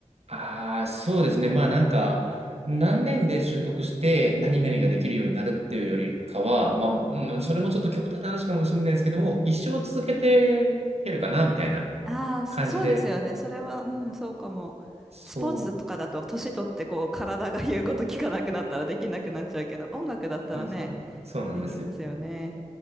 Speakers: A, on the right; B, in the centre.
A: ああ、そうですね。まあなんか、何年で習得して何々ができるようになるっていうよりかは、まあ、うん、
B: うんうん
A: それもちょっと極端な話かもしれないですけども、一生続けてけるかな、みたいな
B: ああ、そそうですよね。
A: 感じで。
B: それは、うん、そうかも。
A: そ
B: スポーツとかだと、年取ってこう、体が言うこと聞かなくなったらできなくなっちゃうけど、音楽だったらね、
A: う、うんそうそうなんですよ。
B: できますよね。